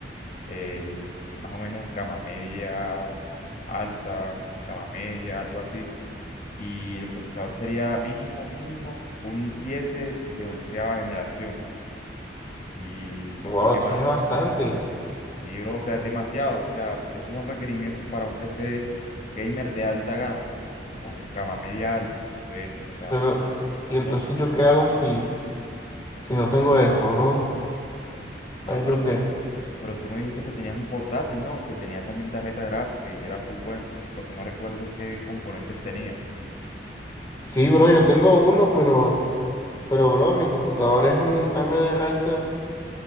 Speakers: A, on the left; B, on the left.
A: eh, más o menos gama media, alta, gama media, algo así. Y el procesador sería mínimo, mínimo, un i siete de onceava generación. Y no
B: Wow,
A: sé qué más.
B: sí es bastante.
A: Sí, bro, o sea, es demasiado. O sea, esos son requerimientos para un PC gamer de alta gama o gama media alta. ve, O sea,
B: Pero,
A: costoso.
B: ¿y entonces yo qué hago si, si no tengo eso, bro?
A: Bro,
B: ahí
A: pero
B: ¿yo
A: tú,
B: qué?
A: pero tú me dijiste que tenías un portátil, ¿no? Que tenía también tarjeta gráfica y era full bueno. Lo que no recuerdo es qué componentes tenía.
B: Sí, bro, yo tengo uno, pero... Pero, bro, mi computador es un AMD Ryzen